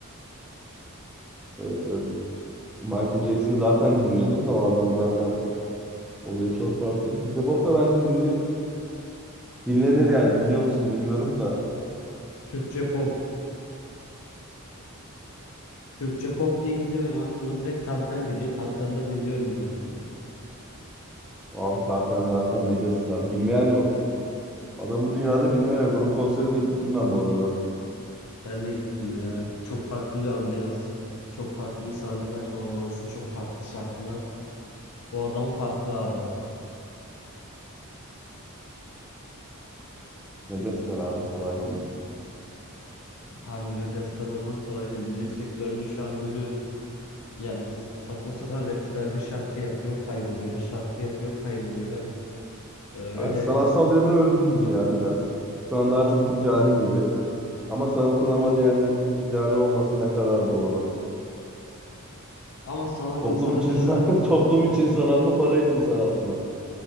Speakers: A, in the centre; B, on the left.
A: Ee, Michael Jackson zaten dinliyordum da o adam zaten olayı çok farklı. Türkçe pop da bence dinle, dinlenir yani dinliyor musun bilmiyorum da.
B: Türkçe pop. Türkçe pop deyince benim aklıma direkt Tarkan geliyor. Tarkan'ı da dinliyorum tabii ki.
A: Abi Tarkan zaten megastar. Bilmeyen yok. Adamı dünyada bilmeyen yok. Onun konserine gittim ben bu arada.
B: Ben de gittim ya. Çok farklı bir ambiyans. Çok farklı bir sahne performansı. Çok farklı şarkılar. Bu adam farklı abi.
A: Megastar abi kolay değil.
B: Harbi megastar olmak kolay değil. Müzik sektöründe şu an görüyoruz. Yani s- saçma sapan rapçiler bir şarkı yapıyor, kayboluyor. Bir şarkı yapıyor, kayboluyor. Ben e, öyle
A: Hani sanatsal yanı öldü gibi ya biraz. Şu an daha çok ticari gibi. Ama sanatın amacı yani ticari olması ne kadar doğru.
B: ama sanat
A: Toplum
B: insana
A: için
B: bir şeyler
A: san <laughs> toplum için sanat mı, para için sanat mı?